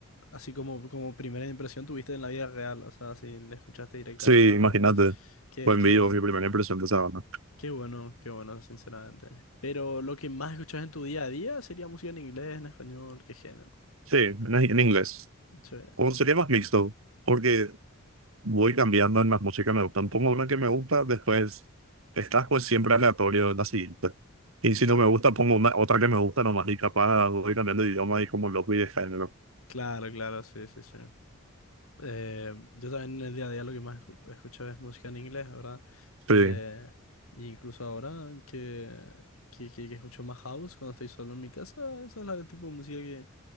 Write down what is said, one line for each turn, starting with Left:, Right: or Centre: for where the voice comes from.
Left: así como, como primera impresión tuviste en la vida real, o sea, si le escuchaste directamente
Right: Sí,
Left: a la banda.
Right: imagínate.
Left: Qué,
Right: Fue en
Left: qué
Right: vivo
Left: bueno,
Right: mi primera impresión de esa banda.
Left: qué bueno, qué bueno, sinceramente. Pero lo que más escuchas en tu día a día sería música en inglés, en español, qué género.
Right: Sí, en, en inglés.
Left: Sí,
Right: O sería más mixto, porque voy cambiando en las músicas que me gustan. Pongo una que me gusta, después estás pues siempre aleatorio en la siguiente. Y si
Left: claro.
Right: no me gusta, pongo una, otra que me gusta nomás y capaz voy cambiando de idioma y como loco y de género.
Left: Claro, claro, sí, sí, sí. Eh, yo también en el día a día lo que más escu- escucho es música en inglés, ¿verdad? Eh,
Right: Sí.
Left: y incluso ahora que, que, que- que escucho más house cuando estoy solo en mi casa, esa es la- el tipo de música que,